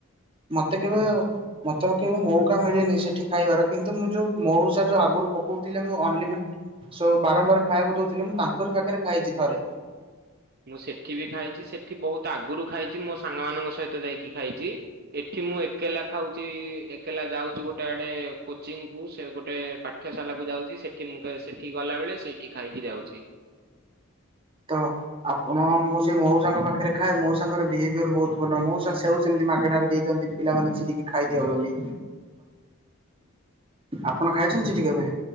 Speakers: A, on the right (about 25°); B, on the right (about 45°).
A: ମତେ କେବେ ମତେ କେବେ ମଉକା ମିଳିନି ସେଠି ଖାଇବାର କିନ୍ତୁ ମୁଁ ଯୋଉ ମଉସା ଯୋଉ ଆଗୁ ପକଉଥିଲେ ମୁଁ ଅନଲିମି ସୋ ବାରମ୍ବାର ଖାଇବାକୁ ଦଉଥିଲେ। ମୁଁ ତାଙ୍କରି ପାଖରେ ଖାଇଛି ଥରେ।
B: ମୁଁ ସେଠି ବି ଖାଇଚି। ସେଠି ବହୁତ ଆଗରୁ ଖାଇଚି, ମୋ ସାଙ୍ଗ ମାନଙ୍କ ସହିତ ଯାଇକି ଖାଇଚି। ଏଠି ମୁଁ ଏକଲା ଖାଉଚି ଏକଲା ଯାଉଚି ଗୋଟେ ଆଡେ କୋଚିଂକୁ, ସେ ଗୋଟେ ପାଠ୍ୟଶାଲାକୁ। ଯାଉଚି ସେଠି ମୁଁ ସେଠି ଗଲା ବେଳେ ସେଇଠି ଖାଇକି ଯାଉଚି।
A: ତ ଆପଣ ମୁଁ ସେଇ ମଉସାଙ୍କ ପାଖରେ ଖାଏ ମଉସାଙ୍କର ବିହେଭିୟର ବହୁତ ଭଲ, ମଉସା ସେଉ ସେମିତି ମାଗଣାରେ ଦେଇଦ ଚନ୍ତି ପିଲାମାନେ ଛିରିକି ଖାଇଦିଅ ବୋଲି।
B: <unintelligible>
A: ଆପଣ ଖାଇଛନ୍ତି ସେଠି କେବେ?